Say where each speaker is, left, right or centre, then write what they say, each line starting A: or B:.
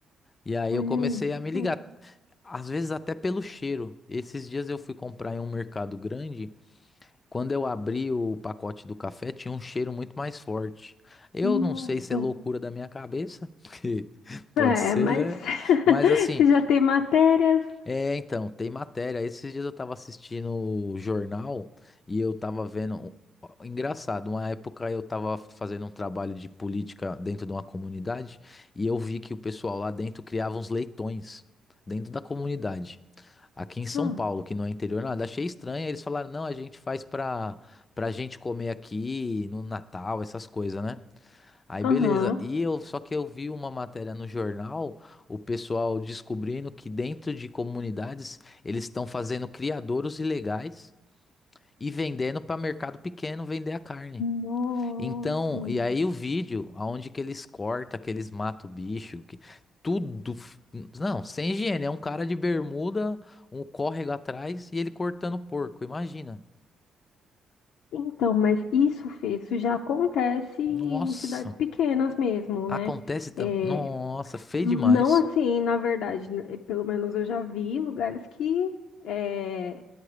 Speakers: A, on the left; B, on the left.
A: E aí
B: Olha
A: eu comecei
B: isso.
A: a me ligar. Às vezes até pelo cheiro. Esses dias eu fui comprar em um mercado grande. Quando eu abri o pacote do café, tinha um cheiro muito mais forte. Eu
B: Nossa.
A: não sei se é loucura da minha cabeça, <laughs> porque pode
B: É,
A: ser,
B: mas
A: né?
B: <laughs>
A: Mas assim,
B: se já tem matérias.
A: é, então, tem matéria. Esses dias eu tava assistindo o jornal e eu tava vendo. um- ó, Engraçado, uma época eu tava fazendo um trabalho de política dentro de uma comunidade e eu vi que o pessoal lá dentro criava uns leitões dentro da comunidade. Aqui em São
B: Ah,
A: Paulo, que não é interior nada, achei estranho. Eles falaram: não, a gente faz pra, pra gente comer aqui no Natal, essas coisas, né? Aí
B: Aham.
A: beleza. E eu só que eu vi uma matéria no jornal o pessoal descobrindo que dentro de comunidades eles estão fazendo criadouros ilegais e vendendo para mercado pequeno vender a carne.
B: Nossa.
A: Então, e aí o vídeo, aonde que eles cortam, que eles matam o bicho, que tudo, não, sem higiene, é um cara de bermuda, um córrego atrás e ele cortando porco, imagina.
B: Então, mas isso, Fê, isso já acontece em
A: Nossa,
B: cidades pequenas mesmo,
A: acontece
B: né?
A: também.
B: É,
A: Nossa, feio
B: Não
A: demais.
B: assim, na verdade, né, pelo menos eu já vi lugares que é,